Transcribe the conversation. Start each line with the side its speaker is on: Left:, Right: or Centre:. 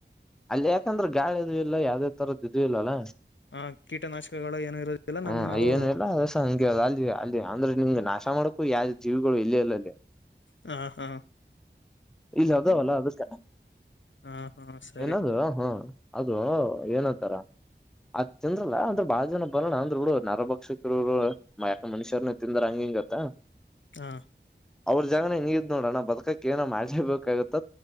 Centre: ಅಲ್ಲಿ ಯಾಕಂದ್ರೆ ಗಾಳ ಇದ್ೂ ಇಲ್ಲ ಯಾವ್ದೇ ತರದ ಇದ್ೂ ಇಲ್ಲಲ್ಲ
Left: ಆ ಕೀಟನಾಶಕಗಳು ಏನು ಇರೋದಿಲ್ಲ
Centre: ಹ್ಮ
Left: ನಮ್ಮ ನಾವು
Centre: ಏನು ಇಲ್ಲಸ ಹಗೆ ಅಲ್ಲಿ ಅಲ್ಲಿ ಅಂದ್ರೆ ನಿಮ್ಗೆ ನಾಶ ಮಾಡಕ್ಕು ಯಾವ ಜೀವಿಗಳು ಇಲ್ಲಿ ಇಲ್ಲ ಅಲ್ಲಿ
Left: ಹಾ ಹಾ
Centre: ಇಲ್ಲ ಅದ ಅಲ್ಲ ಅದಕ್ಕಣ
Left: ಹಾ ಹಾ ಸರಿ
Centre: ಏನಾದ ಹಾ ಅದು ಏನಂತಾರ ಅದ್ ತಿಂದ್ರಲ್ಲಾ ಅಂದ್ರ ಬಾಳ ಜನ ಬರೋಣ ಅಂದ್ರ ಹುಡು ನರಭಕ್ಷಕರುರು ಯಾಕ ಮನುಷ್ಯರನ ತಿಂದ್ರ ಹಂಗ ಹಂಗತ್ತ
Left: ಹಾ
Centre: ಅವ್ರ ಜಾಗನ ನೀರ್್ ನೋಡ್ರಣ ನ ಬ್ಕಕ್ ಏನೋ ಮಾಡ್ಲೇಬೇಕಾಗತ್ತ